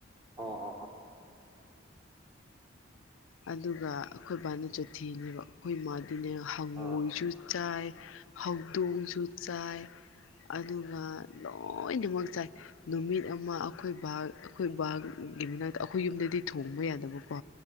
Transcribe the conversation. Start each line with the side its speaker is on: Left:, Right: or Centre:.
Right: ꯑꯣ ꯑꯣ ꯑꯣ
Left: ꯑꯗꯨꯒ ꯑꯩꯈꯣꯏ ꯕꯥꯅ ꯆꯣꯊꯤꯅꯦꯕ ꯑꯩꯈꯣꯏ ꯏ ꯃꯥꯗꯤꯅꯦ ꯍꯪꯉꯣꯏꯁꯨ
Right: ꯑꯥ
Left: ꯆꯥꯏ ꯍꯧꯗꯣꯡꯁꯨ ꯆꯥꯏ ꯑꯗꯨꯒ ꯂꯣꯏꯅꯃꯛ ꯆꯥꯏ ꯅꯨꯃꯤꯠ ꯑꯃ ꯑꯩꯈꯣꯏ ꯕꯥ ꯑꯩꯈꯣꯏ ꯕꯥꯒꯤ ꯃꯅꯥꯛꯇ ꯑꯩꯈꯣꯏ ꯌꯨꯝꯗꯗꯤ ꯊꯣꯡꯕ ꯌꯥꯗꯕꯀꯣ